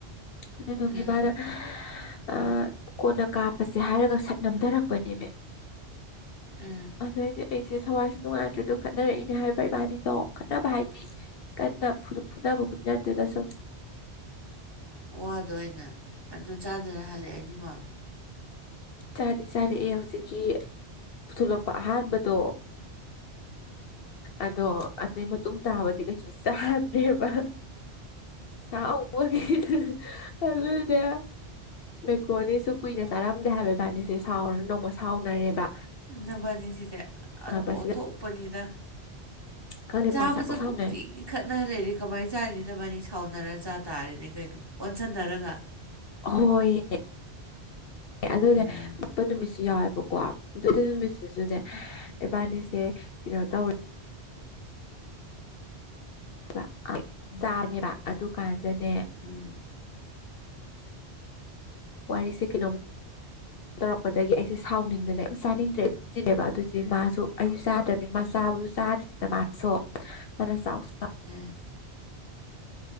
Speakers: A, on the left; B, on the right.
A: ꯑꯗꯨꯏꯗꯨꯒꯤ
B: ꯑꯥ
A: ꯃꯥꯅ ꯑꯥ ꯀꯣꯟꯅ ꯀꯥꯞꯄꯁꯦ ꯍꯥꯏꯔꯒ ꯁꯠ ꯅꯝꯗꯔꯛꯄꯅꯦꯃꯤ
B: ꯑꯥ
A: ꯑꯗꯩꯗꯤ ꯑꯩꯁꯦ ꯊꯋꯥꯏꯁꯦ ꯅꯨꯡꯉꯥꯏꯇ꯭ꯔꯦ ꯑꯗꯨꯝ ꯈꯠꯅꯔꯛꯏꯅꯦ ꯍꯥꯏꯔꯤꯕ ꯏꯕꯥꯅꯤꯗꯣ ꯈꯠꯅꯕ ꯍꯥꯏꯗꯤ ꯀꯟꯅ ꯐꯨ ꯐꯨꯅꯕꯕꯨꯗꯤ ꯅꯠꯇꯦꯗ ꯁꯨꯝ
B: ꯋꯥꯗꯣ ꯑꯣꯏꯅ ꯑꯗꯨꯝ ꯆꯥꯗꯅ ꯍꯜꯂꯛꯑꯦ ꯑꯅꯤꯃꯛ
A: ꯆꯥꯗꯤ ꯆꯥꯔꯛꯑꯦ ꯍꯧꯖꯤꯛꯀꯤ ꯄꯨꯊꯣꯂꯛꯄ ꯑꯍꯥꯟꯕꯗꯣ ꯑꯗꯣ ꯑꯗꯨꯏ ꯃꯇꯨꯡ ꯇꯥꯕꯗꯤ ꯀꯩꯁꯨ ꯆꯥꯗ꯭ꯔꯦꯕ ꯁꯥꯎꯕꯒꯤ ꯑꯗꯨꯏꯅꯦ ꯃꯦꯀ꯭ꯔꯣꯅꯤꯁꯨ ꯀꯨꯏꯅ ꯆꯥꯔꯝꯗꯦ ꯍꯥꯏꯕ ꯏꯕꯅꯤꯁꯤ ꯁꯥꯎꯔ ꯅꯣꯡꯃ ꯁꯥꯎꯅꯔꯦꯕ
B: ꯅꯕꯥꯟꯅꯤꯁꯤꯗꯤ
A: ꯁꯥꯎꯅꯕꯁꯤꯗ
B: ꯑꯟ ꯑꯣꯟꯊꯣꯛꯄꯅꯤꯗ
A: ꯈꯪꯗꯦ
B: ꯆꯥꯕ
A: ꯄꯪꯁꯥꯎ
B: ꯆꯠꯄ
A: ꯁꯥꯎꯅꯩ
B: ꯈꯨꯗꯤꯡꯒꯤ ꯈꯠꯅ ꯂꯩꯔꯦ ꯀꯃꯥꯏ ꯆꯥꯔꯤꯅꯣ ꯅꯕꯥꯟꯅꯤ ꯁꯥꯎꯅꯔ ꯆꯥ ꯇꯥꯔꯦꯅꯦ ꯀꯩꯅꯣ ꯑꯣꯟꯁꯟꯅꯔꯒ
A: ꯍꯣꯏꯌꯦ ꯑꯗꯨꯅꯦ
B: ꯕꯦꯔꯥꯅꯤ
A: ꯄ ꯅꯨꯃꯤꯠꯁꯨ ꯌꯥꯎꯋꯦꯕꯀꯣ ꯑꯗꯨ ꯗꯨ ꯅꯨꯃꯤꯠꯁꯤꯁꯨꯅꯦ ꯏꯕꯥꯅꯤꯁꯦ ꯀꯩꯅꯣ ꯇꯧꯔꯦ ꯕ ꯑ ꯆꯥꯕꯅꯦꯕ ꯑꯗꯨ ꯀꯥꯟꯁꯤꯗꯅꯦ
B: ꯎꯝ
A: ꯋꯥꯔꯤꯁꯦ ꯀꯩꯅꯣꯝ ꯇꯧꯔꯛꯄꯗꯒꯤ ꯑꯩꯁꯦ ꯁꯥꯎꯅꯤꯡꯗꯅ ꯌꯥꯝ ꯆꯥꯅꯤꯡꯗ꯭ꯔꯦꯕ ꯆꯤꯅꯦꯕ ꯑꯗꯨꯗꯤ ꯃꯥꯁꯨ ꯑꯩꯁꯨ ꯆꯥꯗ꯭ꯔꯕꯅꯤ ꯃꯥ ꯆꯥꯕꯁꯨ ꯆꯥꯗ꯭ꯔꯤꯗꯅ ꯃꯥꯁꯨ ꯃꯥꯅ ꯆꯥꯎ ꯆꯥ
B: ꯑ